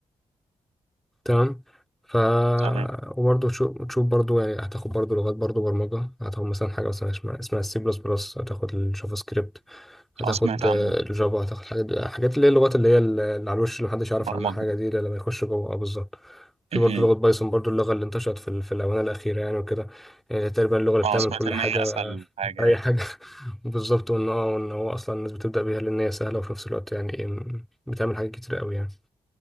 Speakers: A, in the centre; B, on the right (about 70°).
A: تمام ف
B: تمام
A: وبرضه تشوف تشوف برضه يعني هتاخد برضه لغات برضه برمجة هتاخد مثلا حاجة مثلا اسمها اسمها السي بلس بلس هتاخد الجافا سكريبت هتاخد
B: اه سمعت عنه
A: آه، الجافا هتاخد حاجات حاجات اللي هي اللغات اللي هي اللي على الوش اللي محدش يعرف
B: برمجة
A: عنها حاجة دي إلا لما يخش جوه آه، بالظبط في
B: مهم.
A: برضه لغة بايثون برضه اللغة اللي انتشرت في ال- في الآونة الأخيرة يعني وكده يعني تقريبا اللغة اللي
B: اه
A: بتعمل
B: سمعت
A: كل
B: ان
A: حاجة
B: هي اسهل حاجة
A: أي
B: يعني
A: حاجة <laughs> بالظبط وإن اه وإن هو أصلا الناس بتبدأ بيها لأن هي سهلة وفي نفس الوقت يعني إيه، بتعمل حاجات كتير قوي يعني